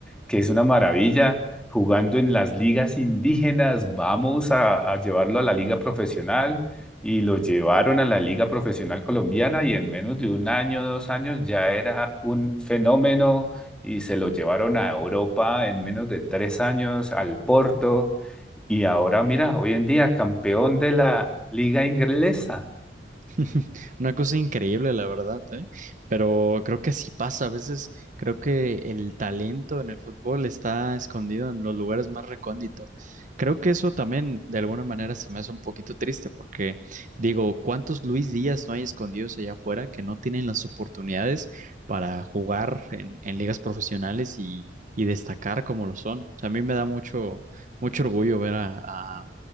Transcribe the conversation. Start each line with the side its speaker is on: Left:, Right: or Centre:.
Centre: que es una maravilla, jugando en las ligas indígenas, vamos a, a llevarlo a la liga profesional y lo llevaron a la liga profesional colombiana y en menos de un año, dos años ya era un fenómeno y se lo llevaron a Europa en menos de tres años al Porto y ahora mira, hoy en día campeón de la liga inglesa.
Right: <laughs> Una cosa increíble, la verdad, ¿eh? Pero creo que sí pasa. A veces creo que el talento en el fútbol está escondido en los lugares más recónditos. Creo que eso también de alguna manera se me hace un poquito triste porque digo, ¿cuántos Luis Díaz no hay escondidos allá afuera que no tienen las oportunidades para jugar en, en ligas profesionales y, y destacar como lo son? O sea, a mí me da mucho, mucho orgullo ver a a-